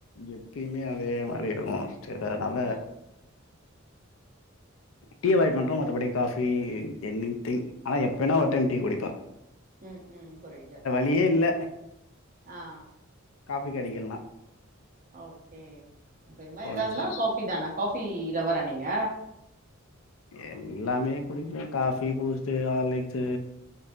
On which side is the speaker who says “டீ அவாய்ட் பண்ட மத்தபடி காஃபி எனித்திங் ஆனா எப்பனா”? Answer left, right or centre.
Left